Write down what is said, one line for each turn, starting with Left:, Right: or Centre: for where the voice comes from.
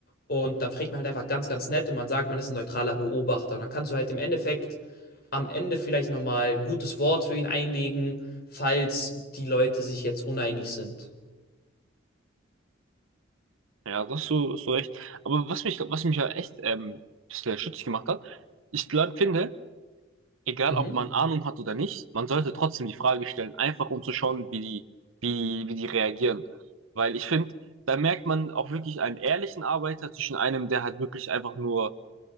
Left: Und dann fragt man halt einfach ganz, ganz nett und man sagt, man ist ein neutraler Beobachter. Und dann kannst du halt im Endeffekt am Ende vielleicht nochmal ein gutes Wort für ihn einlegen, falls die Leute sich jetzt uneinig sind.
Right: Ja, da hast du, hast du recht. Aber was mich, was mich ja echt ähm, ein bisschen stutzig gemacht hat, ich glaub, finde, egal
Left: Mhm.
Right: ob man Ahnung hat oder nicht, man sollte trotzdem die Frage stellen, einfach um zu schauen, wie die, wie, wie die reagieren. Weil ich finde, da merkt man auch wirklich einen ehrlichen Arbeiter zwischen einem, der halt wirklich einfach nur,